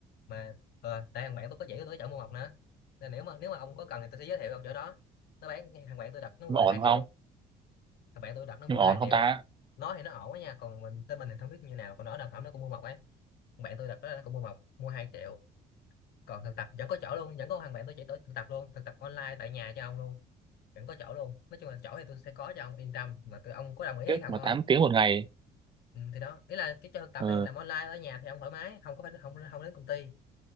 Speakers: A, on the left (about 70°); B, on the right (about 30°).
A: mà ờ, tại thằng bạn tôi có chỉ cho tôi cái chỗ mua mộc nữa nên nếu mà nếu mà ông có cần thì tôi sẽ giới thiệu ông chỗ đó nó bán thằng bạn tôi đặt nó mua
B: nhưng mà
A: là
B: ổn
A: hai triệu
B: không
A: thằng bạn tôi đặt nó mua
B: nhưng mà
A: là
B: ổn
A: hai
B: không
A: triệu
B: ta
A: nó thì nó ổn đó nha còn mình tên mình thì không biết như nào còn nó đặt phẩm nó cũng mua mộc ấy thằng bạn tôi đặt đó nó cũng mua mộc mua hai triệu còn thực tập vẫn có chỗ luôn vẫn có thằng bạn tôi chỉ tới thực tập luôn thực tập online tại nhà cho ông luôn vẫn có chỗ luôn nói chung là chỗ thì tôi sẽ có cho ông yên tâm mà tôi ông có đồng ý
B: tiếp
A: hay không
B: mà
A: thôi
B: 8 tiếng một ngày
A: ừ, thì đó ý là cái cho thực tập
B: ờ
A: này làm online ở nhà thì ông thoải mái không có phải không không đến công ty